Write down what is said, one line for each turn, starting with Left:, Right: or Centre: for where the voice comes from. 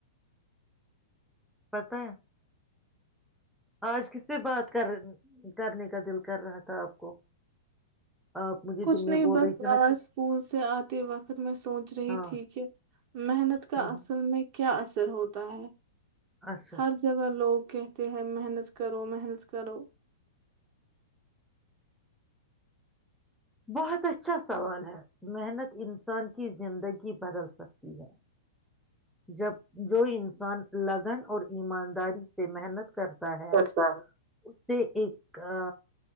Centre: پت ہے آج کس پہ بات کر کرنے کا دل کر رہا تھا آپ کو آپ مجھے
Right: کچھ
Centre: دن
Right: نہیں
Centre: میں بول
Right: بس
Centre: رہی تھی نا کہ
Right: اسکول سے آتے وقت میں سوچ رہی
Centre: ہاں
Right: تھی کہ محنت کا
Centre: ہاں
Right: اصل
Centre: ہاں
Right: میں کیا ر ہوتا ہے
Centre: اچھا
Right: ہر جگہ لوگ کہتے ہیں محنت کرو محنت کرو
Centre: بہت اچھا سوال ہے محنت انسان کی زندگی بدل سکتی ہے جب جو انسان لگن اور ایمانداری سے محنت کرتا ہے اس
Right: اچھا
Centre: سے ایک ا